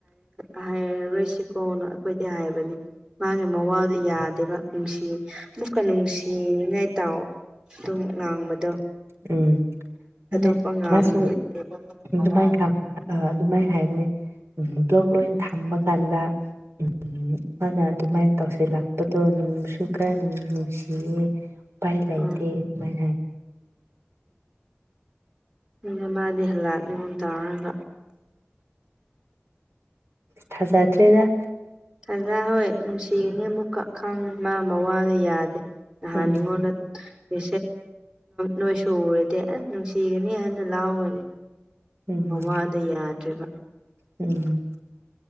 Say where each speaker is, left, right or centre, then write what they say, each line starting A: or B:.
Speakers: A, on the right; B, on the right.
A: ꯍꯥꯏꯔꯔꯣꯏꯁꯤꯀꯣꯅ ꯑꯩꯈꯣꯏꯗꯤ ꯍꯥꯏꯕꯅꯤ ꯃꯥꯒꯤ ꯃꯋꯥꯗꯣ ꯌꯥꯗꯦꯕ ꯅꯨꯡꯁꯤ ꯑꯃꯨꯛꯀ ꯅꯨꯡꯁꯤ ꯅꯤꯡꯉꯥꯏ ꯇꯥꯎꯑꯣ ꯑꯗꯨꯝ ꯉꯥꯡꯕꯗꯣ
B: ꯎꯝ ꯃꯅꯦ
A: ꯊꯥꯗꯣꯛꯄ ꯉꯝꯗꯦꯕ
B: ꯃꯥꯁꯨ ꯑꯗꯨꯃꯥꯏꯈꯥ
A: ꯃꯋꯥꯗꯣ
B: ꯑ ꯑꯗꯨꯃꯥꯏꯅ ꯍꯥꯏꯕꯅꯤ ꯎ ꯞ ꯂꯣꯏ ꯊꯝꯕ ꯀꯥꯟꯗ ꯎꯝ ꯃꯥꯅ ꯑꯗꯨꯃꯥꯏꯅ ꯇꯧꯁꯤꯜꯂꯛꯄꯗꯣ ꯅꯨꯡꯁꯨ ꯈꯔ ꯅꯨꯡ ꯅꯨꯡꯁꯤꯌꯦ ꯄꯥꯏ ꯂꯥꯏꯇꯦ
A: ꯎꯝ
B: ꯃꯥꯏ
A: ꯎꯝ ꯑꯗꯨ ꯃꯥꯗꯤ ꯍꯂꯥꯛ ꯅꯤꯉꯣꯝ ꯆꯥꯔꯒ
B: ꯊ ꯆꯥ ꯗꯔꯦꯗ
A: ꯁꯖꯥ ꯍꯣꯏ ꯅꯨꯡꯁꯤꯒꯅꯤ ꯑꯃꯨꯛꯀꯛ ꯈꯪꯉꯤ ꯃꯥ ꯃꯋꯥꯗ ꯌꯥꯗꯦ ꯅꯍꯥꯟ
B: ꯎꯝ
A: ꯑꯩꯉꯣꯟꯗ ꯦ ꯅꯣꯏ ꯁꯨꯔꯗꯤ ꯑ ꯅꯨꯡꯁꯤꯒꯅꯤ ꯍꯥꯏꯅ ꯂꯥꯎꯒꯅꯤ
B: ꯎꯝ
A: ꯑ ꯋꯥꯗ ꯌꯥꯗ꯭ꯔꯦꯕ
B: ꯎꯝ